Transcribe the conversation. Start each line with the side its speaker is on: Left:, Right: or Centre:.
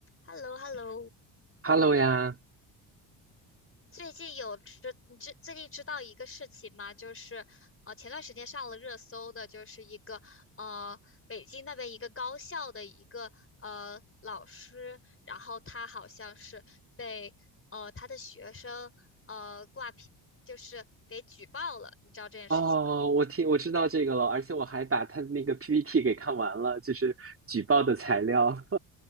Left: h e l l o h e l l o
Right: Hello 呀，
Left: 最近有知你知最近知道一个事情吗？就是呃前段时间上了热搜的，就是一个呃北京那边一个高校的一个呃老师，然后他好像是被呃他的学生呃挂皮，就是给举报了，你知道这件事情吗？
Right: 哦，我听我知道这个了，而且我还把他的那个 PPT 给看完了，就是举报的材料。